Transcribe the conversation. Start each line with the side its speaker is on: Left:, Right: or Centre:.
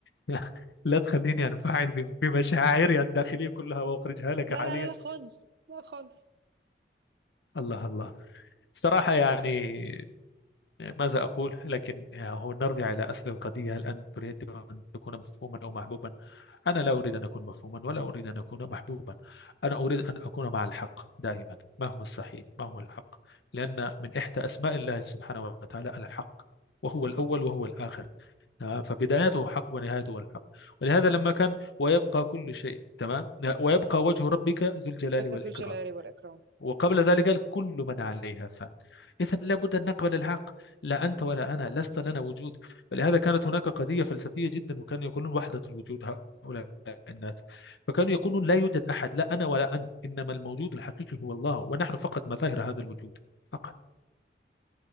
Left: <laughs> لا تخليني أنفعل بم- بمشاعري الداخلية كلها وأخرجها لك
Right: لا
Left: حاليا
Right: لا لا لا خالص لا خالص
Left: الله الله صراحة يعني ماذا أقول لكن آه، هو نرجع إلى أصل القضية هل أنت تريد أن تكون مفهوما أو محبوبا أنا لا أريد أن أكون مفهوما ولا أريد أن أكون محبوبا أنا أريد أن أكون مع الحق دائما ما هو الصحيح ما هو الحق لأن من إحدى أسماء الله سبحانه وتعالى الحق وهو الأول
Right: حق
Left: وهو الآخر تمام فبدايته حق ونهايته الحق ولهذا لما كان ويبقى كل شيء تمام ويبقى وجه ربك ذو الجلال
Right: ربك
Left: والإكرام
Right: ذو الجلال والاكرام
Left: وقبل ذلك قال كل من عليها فان إذا لابد أن نقبل الحق لا أنت ولا أنا لست لنا وجود فلهذا كانت هناك قضية فلسفية جدا وكانوا يقولون وحدة الوجود هؤلاء الناس فكانوا يقولون لا يوجد أحد لا أنا ولا أنت إنما الموجود الحقيقي هو الله ونحن فقط مظاهر هذا الوجود فقط